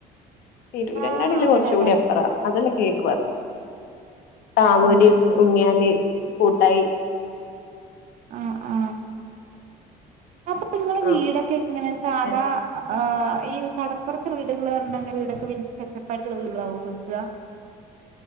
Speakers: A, on the left; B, on the right.
A: തിരൂരങ്ങാടിൽ
B: ആഹ് അവിടെല്ലേ
A: കുറച്ച കൂടി അപ്പറ അതെല്ലാം കേക്കു <unintelligible>
B: ആഹ് ആഹ്
A: <unintelligible> കൂട്ടായി
B: ആഹ് ആ അപ്പൊ നിങ്ങട വീടൊക്കെ
A: ആഹ്
B: അങ്ങനെ സാധാ
A: ഏ
B: ആഹ് ഈ കടപ്പുറത്ത് വീടുകള് പറണണ്ടേങ്കിൽ വീടൊക്കെ വല്യ സെറ്റപ്പായിട്ടുള്ള വീടുകളാവോ വക്കുക.